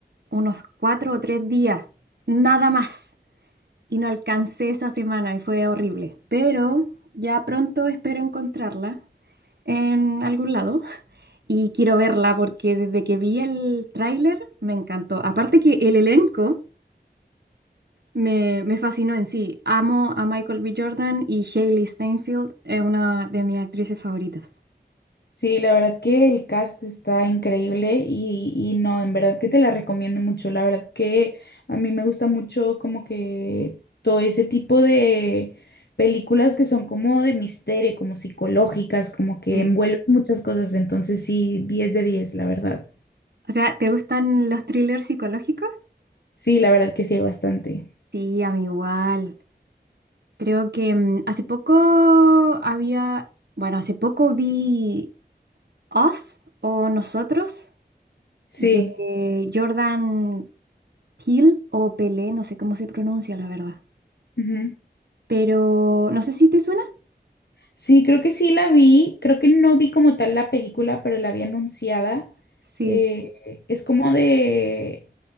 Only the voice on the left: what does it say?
Sí, la verdad que el cast está increíble y, y no, en verdad que te la recomiendo mucho. La verdad que a mí me gusta mucho como que todo ese tipo de películas que son como de misterio, como psicológicas, como que
envuelven muchas cosas. Entonces sí, 10 de 10 la verdad.
Sí, la verdad que sí, hay bastante.
Sí.
ujú.
Sí, creo que sí la vi, creo que no vi como tal la película, pero la vi anunciada.
Eh, es como de,